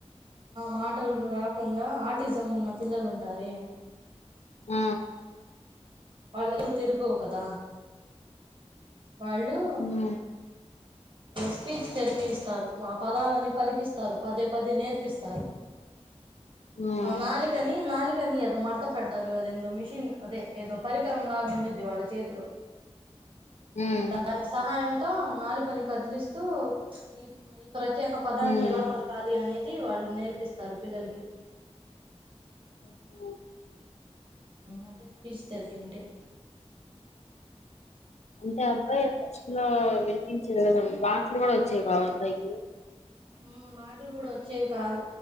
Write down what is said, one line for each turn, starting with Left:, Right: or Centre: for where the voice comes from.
Right: ఆ మాటలు రాకుండా ఆర్టిజం ఉన్న పిల్లలు ఉంటారే
Left: ఆ
Right: వాళ్ళ తిరగవు కదా వాళ్ళు
Left: హ్మ్
Right: స్పీచ్ థెరపీ ఇస్తారు ఆ పదాలని పలికిస్తారు పదే పదే నేర్పిస్తారు
Left: ఉమ్
Right: నాలుకని నాలుకని ఏదో మడత పెడతారు అది ఎందో మిషిన్ అదే ఏదో పరికరం లాగా ఉండిది వాళ్ళ చేతిలో
Left: హ్మ్ హ్మ్
Right: దాని సహాయంతో నాలుకని కదిలిస్తూ ఈ ఈ ప్రత్యేక పదాన్ని
Left: హ్మ్.
Right: ఎలా పల కాలీ అనేది వాళ్ళు నేర్పిస్తారు పిల్లలకి
Left: అబ్బో
Right: అదే స్పీచ్ థెరపీ అంటే
Left: అంటే అబ్బాయి ఫస్ట్ లో వినిపించేది కదా పాటలు కూడా వచ్చేవి ఆ అబ్బాయికి
Right: ఉ మా మాటలు కూడా వచ్చేవి కాదు